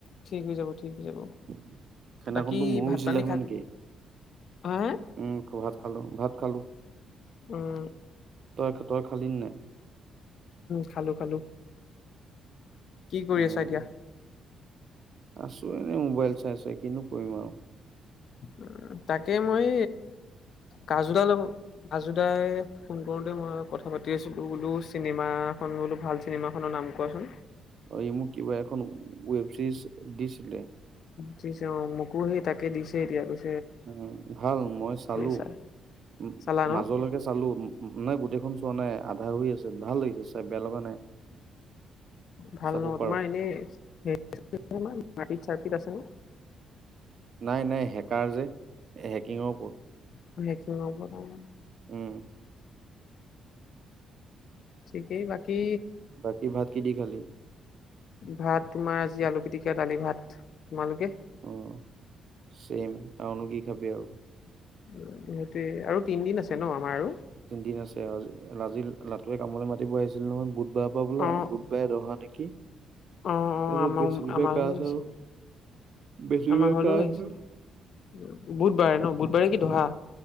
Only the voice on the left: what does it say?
ঠিক হৈ যাব
ঠিক হৈ যাব
বাকী
ভাত
পানী
খাল
হা হা
উম।
খালোঁ-খালোঁ। কি কৰি
আছা এতিয়া?
উম, তাকে মই কাজু দাল লব কাজু দাই ফোন কৰোঁতে মই কথা পাতি আছিলোঁ বোলো চিনেমাখন বোলো ভাল চিনেমাখনৰ নাম কোৱাচোন?
দিছে অ', মোকো সেই তাকে দিছে এতিয়া পিছ
চাই
চালা ন?
ভাল
নহ
তোমাৰ এনেই মাৰপিত চাৰপিত আছে নে?
অ' সেইটো ন' তাৰমানে?
ঠিকেই বাকি
ভাত তোমাৰ আজি আলু পিটিকা দালি ভাত তোমালোকে?
সেইটোয়ে আৰু তিনদিন আছে ন? আমাৰ আৰু?
অ',
অ', অ', আমাৰ
আমাৰলৈ
আহিছে।
আমাৰ ঘৰলৈ
আহিছে বুধবাৰে ন' বুধবাৰে কি দহা?